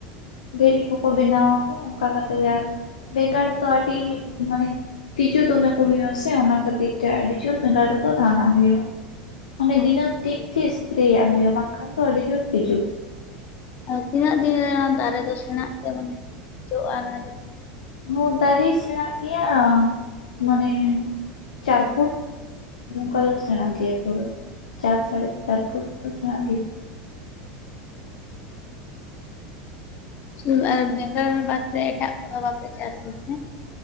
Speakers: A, on the left (about 70°); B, on the left (about 45°).
A: ᱵᱷᱤᱞᱤ ᱠᱚᱠᱚ ᱵᱮᱱᱟᱣᱟᱠᱚ ᱚᱱᱠᱟ ᱠᱟᱛᱮ ᱜᱮ ᱟᱨ ᱵᱷᱮᱜᱟᱨ ᱫᱚ ᱟᱹᱰᱤ ᱢᱟᱱᱮ ᱛᱤᱡᱩ ᱫᱚᱢᱮ ᱠᱚ ᱦᱩᱭᱩᱜᱼᱟ ᱥᱮ ᱚᱱᱟ ᱠᱷᱟᱹᱛᱤᱨ ᱛᱮ ᱟᱹᱰᱤ ᱡᱳᱨ ᱵᱮᱸᱜᱟᱲ ᱨᱮᱫᱚ ᱨᱟᱱ ᱦᱩᱭᱩᱜᱼᱟ ᱢᱟᱱᱮ
B: ᱦᱮᱸ
A: ᱫᱤᱱᱟᱹᱢ ᱫᱤᱱ ᱜᱮ ᱮᱥᱯᱨᱮᱭᱟᱜ ᱦᱩᱭᱩᱜᱼᱟ ᱵᱟᱝᱠᱷᱟᱱ ᱫᱚ ᱟᱹᱰᱤ ᱡᱳᱨ ᱛᱤᱡᱩ
B: ᱟᱨ ᱛᱤᱱᱟᱹᱜ ᱫᱤᱱᱨᱮ ᱚᱱᱟ ᱫᱟᱨᱮ ᱫᱚ ᱥᱮᱬᱟᱜ ᱛᱮ ᱡᱚᱜᱼᱟ ᱚᱱᱟ
A: ᱦᱚ ᱫᱟᱨᱮ ᱥᱮᱬᱟᱜ ᱜᱮᱭᱟ ᱢᱟᱱᱮ ᱪᱟᱨ ᱯᱷᱩᱴ ᱱᱚᱝᱠᱟ ᱫᱚ ᱥᱮᱬᱟ ᱜᱮᱭᱟ ᱯᱩᱨᱮ ᱪᱟᱨ ᱥᱟᱲᱮ ᱪᱟᱨ ᱯᱷᱩᱴ ᱫᱚ ᱥᱮᱬᱟᱜ ᱜᱮᱭᱟ
B: <unintelligible> ᱵᱟᱫᱽ ᱛᱮ ᱮᱴᱟᱜ ᱠᱚᱫᱚ ᱵᱟᱯᱮ ᱪᱟᱥᱮᱭᱟ